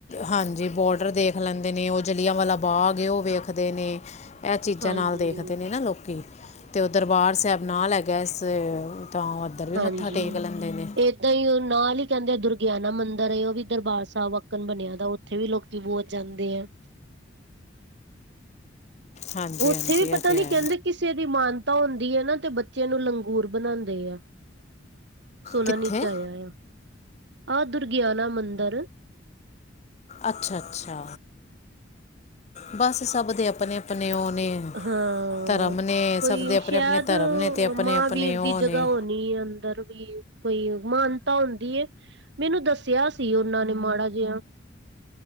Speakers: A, on the left; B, on the right.
A: ਹਾਂਜੀ ਬੋਡਰ ਦੇਖ ਲੈਂਦੇ ਨੇ, ਉਹ ਜਲ੍ਹਿਆਂਵਾਲਾ ਬਾਗ ਏ, ਉਹ ਵੇਖਦੇ ਨੇ। ਇਹ ਚੀਜ਼ਾਂ
B: ਹਾਂਜੀ
A: ਨਾਲ ਦੇਖਦੇ ਨੇ, ਨਾ ਲੋਕੀ ਅ ਤੇ ਉਹ ਦਰਬਾਰ ਸਾਹਿਬ ਨਾਲ ਲੈ ਹੈਗਾ, ਇਸ ਤਾਂ। ਉੱਧਰ ਵੀ
B: ਹਾਂਜੀ,
A: ਮੱਥਾ ਟੇਕ ਲੈਂਦੇ ਨੇ
B: ਏਦਾਂਈ ਏ ਨਾਲ ਈ ਕਹਿੰਦੇ ਦੁਰਗਿਆਨਾ ਮੰਦਿਰ ਏ ਉਹ ਵੀ ਦਰਬਾਰ ਸਾਬ ਬਣਿਆ ਦਾ ਉੱਥੇ ਵੀ ਲੋਕੀ ਬੋਤ ਜਾਂਦੇ ਆ।
A: ਹਾਂਜੀ-ਹਾਂਜੀ
B: ਉੱਥੇ ਵੀ ਪਤਾ
A: ਇਹ ਤੇ
B: ਨੀ
A: ਹੈ।
B: ਕਹਿੰਦੇ ਕਿਸੇ ਦੀ ਮਾਨਤਾ ਹੁੰਦੀ ਐ ਨਾ ਤੇ ਬੱਚਿਆਂ ਨੂੰ ਲੰਗੂਰ ਬਣਾਂਦੇ ਆ। ਸੁਣਨ
A: ਕਿੱਥੇ
B: ਇਚ ਆਇਆ ਆ। ਆਹ ਦੁਰਗਿਆਨਾ ਮੰਦਿਰ।
A: ਅੱਛਾ-ਅੱਛਾ। ਬਸ, ਸਭ ਦੇ ਆਪਨੇ-ਆਪਨੇ ਉਹ ਨੇ
B: ਹਾਂ,
A: ਧਰਮ ਨੇ
B: ਕੋਈ
A: ਸਭ ਦੇ ਆਪਣੇ
B: ਸੈ਼ਦ
A: ਆਪਣੇ ਧਰਮ ਨੇ ਤੇ ਆਪਣੇ
B: ਮਾਂਵੀਰ
A: ਆਪਣੇ ਉਹ
B: ਦੀ ਜਗ੍ਹਾ
A: ਨੇ
B: ਹੋਣੀ ਐ ਅੰਦਰ। ਵੀ, ਕੋਈ ਮਾਨਤਾ ਹੁੰਦੀ ਏ, ਮੈਨੂੰ ਦੱਸਿਆ ਸੀ। ਉਹਨਾਂ ਨੇ ਮਾੜਾ ਜਿਹਾ।